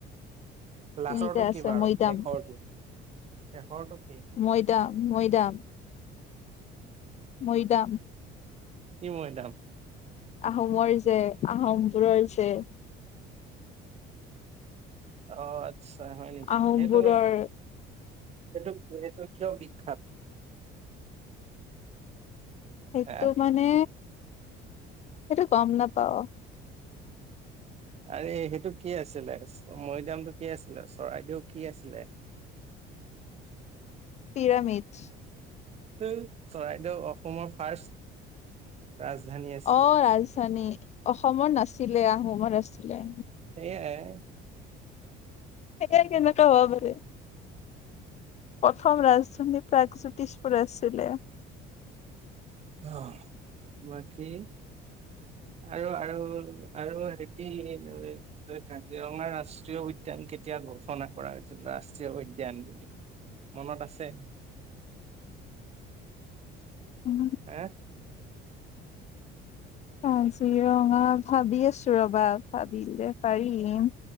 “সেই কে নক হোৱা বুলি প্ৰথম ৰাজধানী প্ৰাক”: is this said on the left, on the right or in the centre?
Left